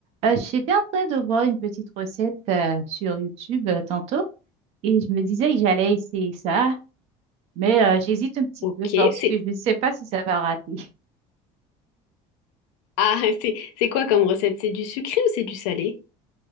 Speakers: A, on the right; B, on the left.
A: Euh, j'étais en train de voir une petite recette euh, sur YouTube euh, tantôt et je me disais que j'allais essayer ça, mais euh, j'hésite un petit
B: Ok,
A: peu parce
B: c'est
A: que je ne sais pas si ça va rater. <laughs>
B: ah, <laughs> c'est c'est quoi comme recette? C'est du sucré ou c'est du salé?